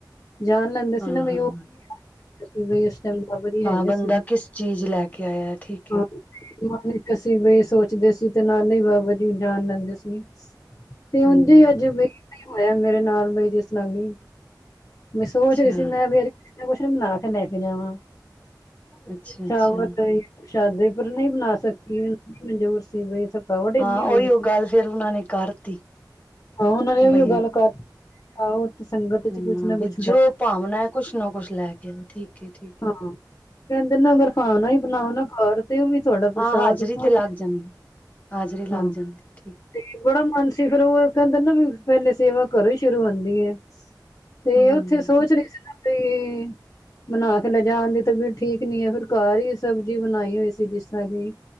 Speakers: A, on the left; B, on the left.
A: ਜਾਣ ਲੈਂਦੇ ਸੀ
B: ਹਾਂ
A: ਨਾ ਬਈ
B: ਹਾਂ
A: ਉਹ ਅਸੀਂ ਬਈ, ਇਸ ਟਾਈਮ ਬਾਬਾ ਜੀ
B: ਹਾਂ
A: ਹੈਗੇ
B: ਬੰਦਾ
A: ਸੀ,
B: ਕਿਸ ਚੀਜ਼ ਲੈ ਕੇ ਆਇਆ ਠੀਕ
A: ਹਾਂ।
B: ਹੈ
A: ਮਨ ਈਚ ਅਸੀ ਬਈ ਸੋਚਦੇ ਸੀ, ਤੇ ਨਾਲੇ ਈ ਬਾਬਾ ਜੀ ਜਾਣ ਲੈਂਦੇ ਸੀ। ਤੇ ਉੰਝ
B: ਹਮ
A: ਈ ਅਜੇ ਈ ਹੋਇਆ, ਮੇਰੇ ਨਾਲ, ਬਈ ਜਿਸ ਤਰ੍ਹਾਂ ਕਿ ਮੈਂ ਸੋਚ
B: ਅੱਛਾ
A: ਰਹੀ ਸੀ, ਮੈਂ ਵੀ ਅੱਜ ਕੁੱਛ ਨਾ ਪੁੱਛ ਬਨਾਕੇ ਲੈਕੇ ਜਾਵਾਂ।
B: ਅੱਛਾ ਅੱਛਾ
A: ਚਾ ਵਧ ਰਹੀ। ਸ਼ਾਦੀ ਪਰ ਨਹੀਂ ਬੁਲਾ ਸਕੀ ਕਜ਼ੂਰ <unintelligible> ਸੀ ਸਬ ਥਕਾਵਟ ਇਨੀ
B: ਹਾਂ
A: ਹੋਦੀ
B: ਉਹੀ ਉਹ
A: ਸੀ।
B: ਗੱਲ ਫੇਰ ਉਹਨਾਂ ਨੇ ਕਰਤੀ
A: ਹਾਂ ਉਹਨਾਂ ਨੇ ਵੀ
B: ਬਈ
A: <unintelligible> ਗੱਲ ਕਰ ਆਹੋ ਤੇ ਸੰਗਤ ਚ
B: ਹਮ
A: ਕੁਛ ਨਾ ਕੁਛ
B: ਬ
A: ਹੁੰ
B: ਜੋ ਭਾਵਨਾ ਕੁਛ ਨਾ ਕੁੱਛ ਲੈ ਕੇ ਨ ਠੀਕ। ਹੈ ਠੀਕ
A: ਹਾਂ,
B: ਹੈ
A: ਕਹਿੰਦੇ ਨੇ ਅਗਰ ਭਾਵਨਾ ਹੀ ਬਣਾਓ ਨਾ ਘਰ ਦੇ ਵਿੱਚ- ਤੁਹਾਡਾ ਪ੍ਰਸ਼ਾਦ
B: ਹਾਂ ਹਾਜ਼ਰੀ
A: ਪੁਹਚ
B: ਤੇ ਲੱਗ ਜਾਂਦੀ ਹਾਜ਼ਰੀ ਲੱਗ
A: ਹਾਂ
B: ਜਾਂਦੀ ਠੀਕ
A: ਤੇ ਬੜਾ ਮਨ ਸੀ ਫੇਰ ਉਹ ਕਹਿੰਦੇ ਨਾ ਵੀ ਪਹਿਲੇ ਸੇਵਾ ਕਰੋ ਹੀ ਸ਼ੁਰੂ ਹੋਦੀ ਏ। ਤੇ
B: ਹੂੰ,
A: ਉੱਥੇ ਸੋਚ ਰਹੀ ਸੀ ਨਾ ਬਈ। ਬਣਾ ਕੇ ਲੈਜਾਣ ਦੀ ਤਬੀਅਤ ਠੀਕ ਨੀ ਹੈ ਫਿਰ ਘਰ ਹੀ ਸਬਜ਼ੀ ਬਣਾਈ ਹੋਈ ਸੀ ਜਿਸ ਤਰਾ ਕਿ